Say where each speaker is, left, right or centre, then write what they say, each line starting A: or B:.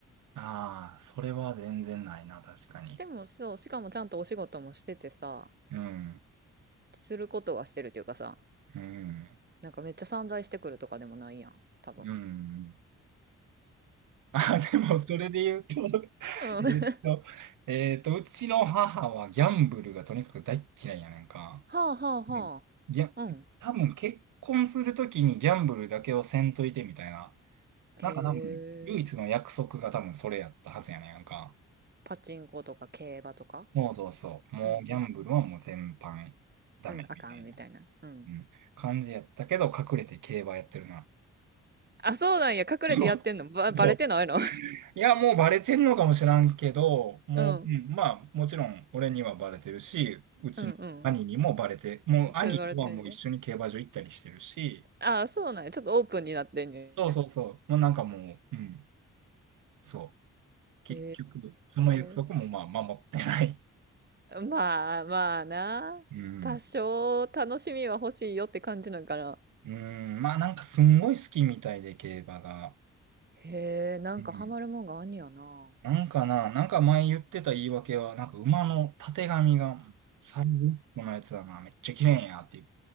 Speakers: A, on the right; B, on the right.
A: ああ、それは全然ないな、確かに。
B: でもそう、しかもちゃんとお仕事もしててさ、
A: うん。
B: することはしてるというかさ、
A: うん。
B: なんかめっちゃ散財してくるとかでもないやん、多分。
A: うん。あ、でも、
B: で
A: それで言うと、<laughs>
B: うん。
A: えっと、
B: <laughs> は
A: えっと、うちの母はギャンブルがとにかく大っ嫌いやねんか。
B: あはあはあ。
A: うんギャ、
B: うん。
A: 多分結婚するときにギャンブルだけをせんといてみたいな。
B: へえ。
A: なんか多分、唯一の約束が多分それやったはずやねんか。
B: パチンコとか競馬とか
A: そうそうそう。もうギャンブルはもう全般ダメみたいな、
B: うんうん。うん、あかんみたいな。うん。
A: うん、感じやったけど、隠れて競馬やってるな。
B: あ、そうなんや。隠れてやってんの。
A: <laughs> そう。
B: ば、
A: そう
B: バレてないの
A: いや、もうバレてんのかもしらんけど、もう、
B: <laughs> うん。
A: うんまあ、もちろん俺にはバレてるし、うちの兄にもバレて、
B: うんうん。
A: もう兄とはもう一緒に競馬場行ったりしてるし、
B: ってバレてんね。あ、そうなんや。ちょっとオープンになってんねん。
A: そうそうそう、もうなんかもう、うん、そう、結局、
B: へ
A: その約束もまあ守ってない。
B: え。まあまあな。
A: うん。
B: 多少楽しみは欲しいよって感じなんかな。
A: うん、まあなんかすんごい好きみたいで、競馬が。
B: へえ、なんかハマるもんがあんねやな。
A: うん。なんかな、なんか前言ってた言い訳は、なんか馬のたてがみが、サルのやつだな、めっちゃ綺麗やって言っ